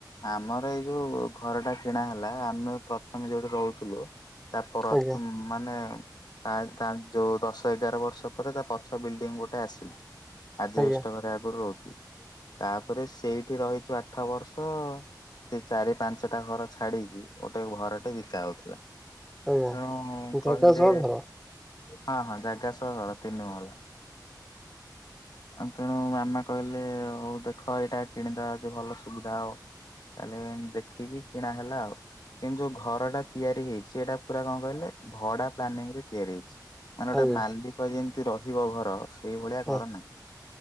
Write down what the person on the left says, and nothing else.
ଆମର ଏଇ ଯୋଉ ଘରଟା କିଣା ହେଲା ଆମେ ପ୍ରଥମେ ଯୋଉଠି ରହୁଥୁଲୁ ତାପରତ୍
ମାନେ ତା ତା ଯୋଉ ଦଶ ଏଗାର ବର୍ଷ ପରେ ତା ପଛ ବିଲ୍ଡିଙ୍ଗ ଗୋଟେ ଆସିଲୁ। ଆଜ
ବେଷ୍ଟ ଙ୍ଘରେ ଆଗରୁ ରହୁଥୁଲୁ ତାପରେ ସେଇଠି ରହିଛୁ ଆଠ ବର୍ଷ। ସେଇ ଚାରି ପାଞ୍ଚଟା ଘର ଛାଡିକି ଗୋଟେ ଘରଟେ ବିକା ହଉଥିଲା।
ତେଣୁ
କହିଲେ
ହଁ ହଁ ଜାଗା ସହ ଘର ତିନି ମହଲା। ଆ ତେଣୁ ମାମା କହିଲେ ହଉ ଦେଖ ଏଇଟା କିଣି ଦେବା ଭଲ ସୁବିଧା ହବ। ତାନେ ଦେଖିକି କିଣା ହେଲା ଆଉ। କିନ୍ତୁଯୋଉ ଘରଟା ତିଆରି ହେଇଛି ଏଇଟା ପୁରା କଣ କହିଲେ ଭଡା ପ୍ଲାନିଂ ରେ ତିଆରି ହେଇଛି। ମାନେ ଗୋଟେ
ମାଲିକ ଯେମିତି ରହିବ ଘର ସେଇଭଳିଆ
ଘର ନାହିଁ।